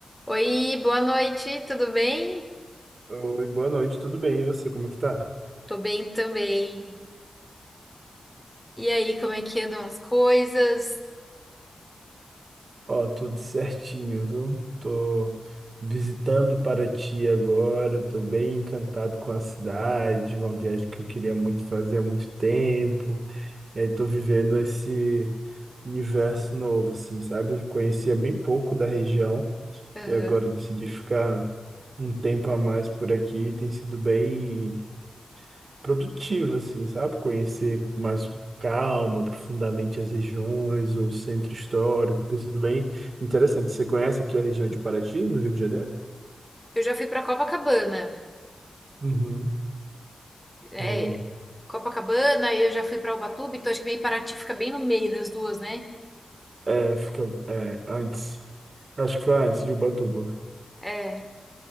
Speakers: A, in the centre; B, on the right.
A: Oi, boa noite, tudo bem?
B: Oi, boa noite, tudo bem? E você, como é que tá?
A: Tô bem também. E aí, como é que andam as coisas?
B: Ó, tudo certinho, viu? Tô visitando Paraty agora, tô bem encantado com a cidade, uma viagem que eu queria muito fazer há muito tempo. E aí tô vivendo esse universo novo, assim, sabe? Conhecia bem pouco da região
A: Aham.
B: e agora decidi ficar um tempo a mais por aqui. Tem sido bem produtivo, assim, sabe? Conhecer mais com calma, profundamente as regiões, o centro histórico, ter sido bem interessante. Você conhece aqui a região de Paraty, no Rio de Janeiro?
A: Eu já fui pra Copacabana.
B: Uhum,
A: É,
B: boa.
A: Copacabana, e eu já fui pra Ubatuba, então acho que meio Paraty fica bem no meio das duas, né?
B: É, fica, é, antes, acho que foi antes de Ubatuba.
A: É,